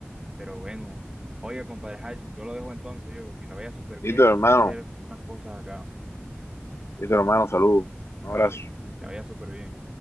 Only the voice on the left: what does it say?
Listo, hermano.
Listo, hermano, saludos. Un
abrazo.